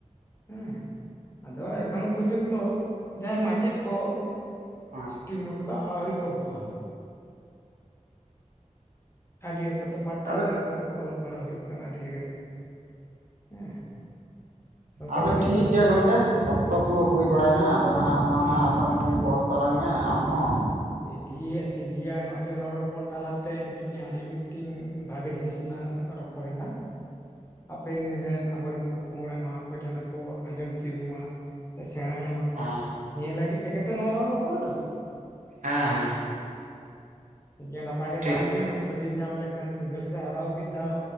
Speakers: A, on the left; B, on the right.
A: ᱦᱮᱸ ᱟᱫᱚ ᱮᱠᱷᱚᱱᱳ ᱯᱚᱨᱡᱚᱱᱛᱚ ᱡᱟᱦᱟᱸᱭ ᱢᱟᱪᱮᱫ ᱠᱚ
B: ᱦᱮᱸ
A: ᱴᱷᱤᱠ ᱢᱚᱛᱚ ᱫᱚ ᱟᱹᱣᱨᱤ ᱠᱚ ᱵᱚᱦᱟᱞᱚᱜ ᱟᱹᱰᱤ ᱚᱠᱛᱚ ᱫᱚ ᱯᱟᱨᱴ ᱴᱟᱭᱤᱢᱟᱨ
B: ᱟᱫᱚ
A: ᱠᱚᱛᱮ ᱠᱚ ᱚᱞᱚᱜ ᱯᱟᱲᱦᱟᱜ ᱦᱩᱭᱩᱜ ᱠᱟᱱᱟ ᱟᱹᱰᱤ ᱡᱟᱭᱜᱟ ᱨᱮ ᱦᱮᱸ ᱜᱚᱝᱠᱮ
B: ᱟᱫᱚ
A: ᱞᱟᱹᱭ ᱵᱤᱱ
B: ᱴᱷᱤᱠ ᱜᱮᱭᱟ ᱜᱚᱢᱠᱮ ᱚᱠᱛᱚ ᱠᱚ ᱦᱩᱭ ᱵᱟᱲᱟᱭᱮᱱᱟ ᱟᱫᱚ ᱱᱟᱦᱟᱜ ᱢᱟ
A: ᱦᱩᱸ
B: ᱱᱟᱦᱟᱜ ᱟᱯᱟᱨ ᱜᱚᱢᱠᱮ ᱠᱚᱞ ᱢᱮ ᱟᱢ ᱦᱚᱸ
A: ᱴᱷᱤᱠᱜᱮᱭᱟ ᱴᱷᱤᱠᱜᱮᱭᱟ ᱱᱚᱜ ᱚᱭ ᱡᱮ ᱨᱚᱲ ᱨᱚᱯᱚᱲ ᱛᱟᱞᱟᱛᱮ ᱢᱤᱫᱴᱮᱱ ᱟᱹᱰᱤ ᱢᱤᱫᱴᱮᱱ ᱵᱷᱟᱜᱮ ᱡᱤᱱᱤᱥ ᱛᱮᱞᱟᱝ ᱨᱚᱯᱚᱲ ᱮᱱᱟ ᱦᱟᱯᱮᱱ ᱫᱤᱱ ᱨᱮᱱ ᱟᱵᱚ ᱨᱮᱱ ᱯᱚ ᱯᱚᱝᱲᱟ ᱱᱚᱣᱟ ᱠᱚ ᱡᱮᱱᱚ ᱠᱚ ᱟᱸᱡᱚᱢ ᱛᱤᱭᱳᱜᱽ ᱢᱟ ᱥᱮ ᱥᱮᱬᱟᱭ ᱢᱟᱠᱚ
B: ᱦᱮᱸ
A: ᱱᱤᱭᱟᱹ ᱞᱟᱹᱜᱤᱫ ᱛᱮᱜᱮ ᱛᱚ ᱱᱚᱣᱟ ᱨᱚᱲ ᱨᱚᱯᱚᱲ ᱫᱚ
B: ᱦᱮᱸ ᱦᱮᱸ
A: ᱴᱷᱤᱠ ᱜᱮᱭᱟ ᱱᱟᱯᱟᱭ ᱜᱮ
B: ᱴᱷᱤᱠ
A: ᱛᱟᱦᱮᱱ
B: ᱜᱮᱭᱟ
A: ᱵᱤᱱ ᱚᱠᱛᱚ ᱵᱤᱱ ᱧᱟᱢ ᱞᱮᱠᱷᱟᱱ ᱥᱤᱸᱜᱟᱹᱲ ᱥᱮᱫ ᱟᱨᱚ ᱢᱤᱫ ᱫᱷᱟᱣ